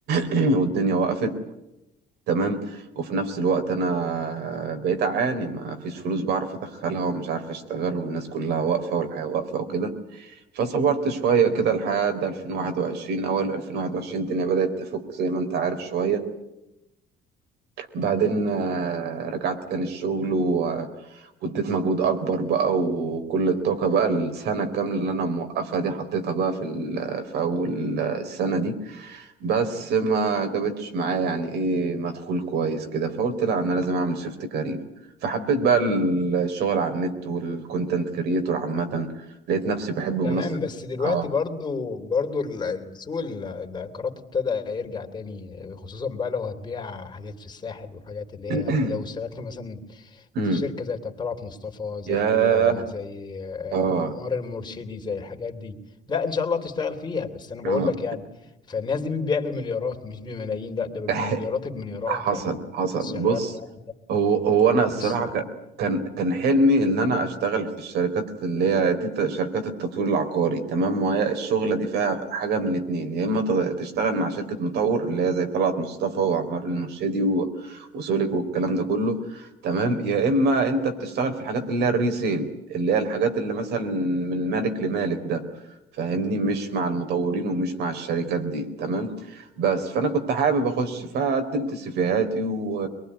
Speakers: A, on the right (about 75°); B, on the left (about 25°).
A: <clears throat> والدنيا وقفت تمام وفي نفس الوقت انا بقيت اعاني ما فيش فلوس بعرف ادخلها ومش عارف اشتغل والناس كلها واقفه والحياه واقفه وكده فصبرت شويه كده لحد 2021 اول 2021 الدنيا بدات تفك زي ما انت عارف شويه بعدين آه، رجعت تاني الشغل و- واديت مجهود اكبر بقى وكل الطاقه بقى السنه الكامله اللي انا موقفها دي حطيتها بقى في ال- في اول السنه دي بس ما جابتش معايا يعني ايه مدخول كويس كده فقلت لا انا لازم اعمل شيفت كارير فحبيت بقى ال- الشغل على النت والكونتنت كريتور عامة لقيت نفسي بحب منصة
B: تمام بس دلوقتي
A: اه
B: برضو برضو ال- سوق ال- العقارات ابتدى يرجع تاني خصوصا بقى لو هتبيع حاجات في الساحل والحاجات اللي
A: <clears throat>
B: هي لو اشتغلت مثلا
A: أمم.
B: في شركة زي بتاعة طلعت مصطفى زي
A: ياه
B: زي آه،
A: اه
B: معمار المرشدي زي الحاجات دي لا ان شاء الله تشتغل فيها بس انا بقول
A: اه
B: لك يعني فالناس دي بتبيع بمليارات مش بملايين لا
A: <clears throat>
B: ده بمليارات
A: <coughs> <laughs>
B: المليارات
A: حصل
B: يعني
A: حصل
B: شغال
A: بص
B: بقى
A: هو هو انا الصراحه
B: بص إيه؟
A: ك- كان كان حلمي ان انا اشتغل في الشركات اللي هي دي ت- شركات التطوير العقاري تمام وهي الشغله دي فيها حاجه من اتنين يا اما ت- تشتغل مع شركه مطور اللي هي زي طلعت مصطفى وعمار المرشدي و- وسولك والكلام ده كله تمام يا اما انت بتشتغل في الحاجات اللي هي الريسيل اللي هي الحاجات اللي مثلا من مالك لمالك ده فاهمني مش مع المطورين ومش مع الشركات دي تمام بس فانا كنت حابب اخش فقدمت سيفيهاتي و...